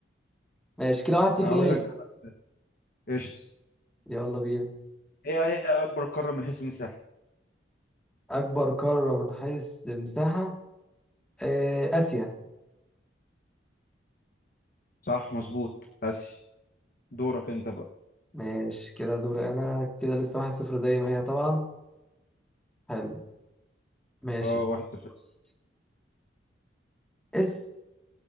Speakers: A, in the centre; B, on the left.
A: ماشي كده واحد صفر
B: هقول
A: ليا
B: لك انا بقى سؤال. قشطة
A: يلا بينا
B: هي هي أكبر قارة من حيث المساحة
A: اكبر قارة من حيث المساحة آه اسيا
B: صح مظبوط آسيا دورك انت بقى
A: ماشي كده دوري انا كده لسه واحد صفر زي ما هي طبعا حلو ماشي
B: اه واحد صفر
A: بص اس